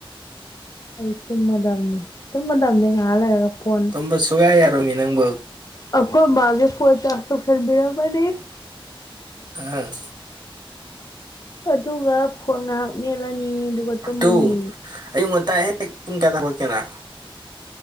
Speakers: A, on the left; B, on the right.
A: ꯑꯩ ꯇꯨꯝꯃꯗꯅꯤ ꯇꯨꯝꯃꯗꯅꯦ ꯉꯥꯏꯍꯥꯛ ꯂꯩꯔꯒ ꯐꯣꯟ
B: ꯇꯨꯝꯕ ꯁꯨꯡꯌꯥ ꯌꯥꯔꯣꯏ ꯃꯤ ꯅꯪꯕꯨ
A: ꯑꯩꯈꯣꯏ ꯃꯥꯒꯦ ꯄꯣ ꯆꯥꯁ ꯇꯣꯛꯁꯅꯕꯤꯔꯕꯅꯦ꯫
B: ꯎꯝ
A: ꯑꯗꯨꯒ ꯐꯣꯟ ꯉꯥꯏꯍꯥꯛ ꯃꯦꯠꯂꯅꯤ ꯇꯨꯝꯃꯅꯤ
B: ꯑꯗꯨꯨ ꯑꯌꯨꯛ ꯉꯟꯇꯥ ꯍꯦꯛ ꯄꯨꯡ ꯀꯌꯥꯗ ꯍꯧꯒꯠꯀꯦ ꯅꯪ